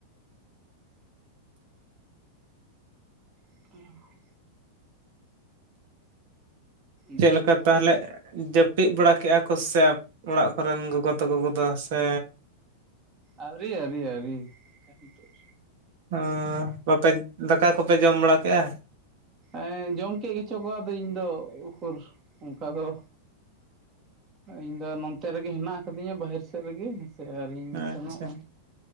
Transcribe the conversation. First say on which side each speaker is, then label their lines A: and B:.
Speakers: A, on the right (about 25°); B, on the right (about 60°).
A: <unintelligible>
B: ᱪᱮᱫ
A: ᱡᱟᱭᱦᱳᱠ
B: ᱞᱮᱠᱟ? ᱛᱟᱦᱚᱞᱮ ᱡᱟᱹᱯᱤᱫ ᱵᱟᱲᱟ ᱠᱮᱜᱼᱟ ᱠᱚ ᱥᱮ ᱚᱲᱟᱜ ᱠᱚ ᱨᱮᱱ ᱜᱳᱜᱳ ᱛᱟᱹᱠᱩ ᱠᱚᱫᱚ ᱥᱮᱻ᱾
A: ᱟᱣᱨᱤ ᱟᱹᱣᱨᱤ ᱟᱹᱣᱨᱤ ᱠᱟᱨ ᱱᱤᱛᱚᱜ
B: ᱚᱸ ᱵᱟᱯᱮ ᱫᱟᱠᱟ ᱠᱚᱯᱮ ᱡᱚᱢ ᱵᱟᱲᱟ ᱠᱮᱜ-ᱟ?
A: ᱮᱸ ᱡᱚᱢ ᱠᱮᱜ ᱜᱮᱪᱚ ᱠᱚ ᱟᱫᱚ ᱤᱧ ᱫᱚ ᱩᱠᱩᱨ ᱚᱱᱠᱟ ᱫᱚᱼᱼ ᱤᱧ ᱫᱚ ᱱᱚᱱᱛᱮ ᱨᱮᱜᱮ ᱦᱮᱱᱟᱜ ᱟᱠᱟ ᱫᱤᱧᱟ ᱵᱟᱦᱤᱨ ᱥᱮᱫ ᱨᱮᱜᱤ ᱦᱮ ᱥᱮ ᱟᱨᱤᱧ
B: ᱟᱪᱪᱷᱟ
A: ᱥᱮᱱᱚᱜ-ᱟ